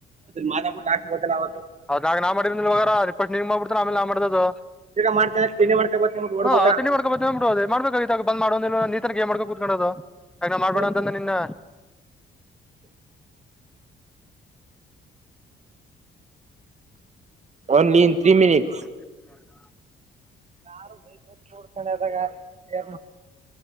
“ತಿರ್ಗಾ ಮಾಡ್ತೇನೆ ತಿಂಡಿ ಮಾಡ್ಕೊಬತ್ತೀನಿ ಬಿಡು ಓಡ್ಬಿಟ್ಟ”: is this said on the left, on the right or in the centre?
Right